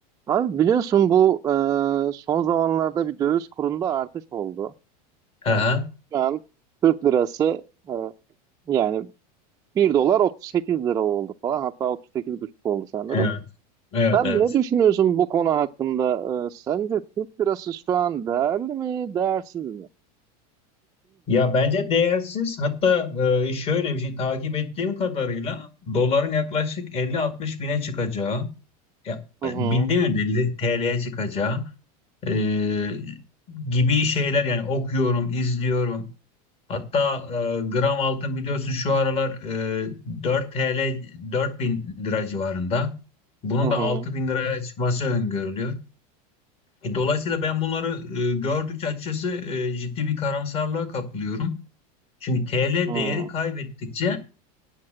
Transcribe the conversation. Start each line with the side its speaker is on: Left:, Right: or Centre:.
Right: Abi biliyorsun bu e, son zamanlarda bir döviz kurunda artış oldu.
Left: Aha,
Right: E, şu an Türk lirası e, yani bir dolar 38 lira oldu falan hatta otuz sekiz buçuk oldu sanırım.
Left: evet, evet,
Right: Sen
Left: evet.
Right: ne düşünüyorsun bu konu hakkında? E, sence Türk lirası şu an değerli mi, değersiz mi?
Left: Ya bence değersiz. Hatta e, şöyle bir şey takip ettiğim kadarıyla doların yaklaşık 50-60 bine çıkacağı, ya
Right: Hı hı.
Left: binde mi 50 TL'ye çıkacağı e, gibi şeyler yani okuyorum, izliyorum. Hatta e, gram altın biliyorsun şu aralar e, 4 TL bin lira civarında. Bunun
Right: Hı hı.
Left: da altı bin liraya çıkması öngörülüyor. E, Dolayısıyla ben bunları e, gördükçe açıkçası e, ciddi bir karamsarlığa kapılıyorum. Çünkü TL
Right: Hı.
Left: değeri kaybettikçe